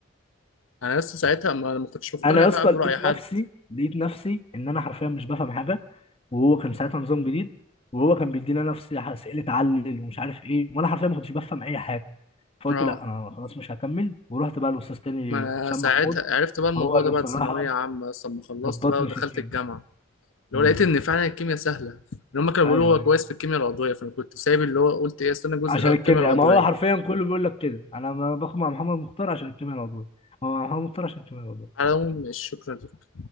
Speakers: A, on the left; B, on the left.
A: انا لسه ساعتها ما ما كنتش مقتنع
B: انا يا
A: بقى
B: اسطى لقيت
A: براي حد
B: نفسي لقيت نفسي ان انا حرفيا مش بفهم حاجه وهو كان ساعتها نظام جديد وهو كان بيدينا نفس اسئله علل ومش عارف ايه وانا حرفيا ما كنتش بفهم اي حاجه فقلت
A: اه
B: لا انا خلاص مش هكمل ورحت بقى الاستاذ تاني
A: ما
B: حسام
A: ساعتها
B: محمود
A: عرفت بقى الموضوع
B: هو اللي
A: ده بعد
B: بصراحه
A: ثانويه عامه اصلا ما خلصت
B: ظبطني
A: بقى ودخلت
B: في الكيمياء
A: الجامعه لو
B: مم.
A: لقيت ان فعلا الكيمياء سهله ان هم كانوا بيقولوا
B: ايوه ايوه
A: هو كويس في الكيمياء العضويه فانا كنت سايب اللي هو قلت ايه استنى جزء
B: عشان
A: الكيمياء
B: الكيمياء
A: العضويه
B: ما هو حرفيا كله بيقول لك كده انا ما باخد مع محمد مختار عشان الكيمياء العضويه هو مع محمد مختار عشان الكيمياء العضويه
A: على العموم مش شكرا لك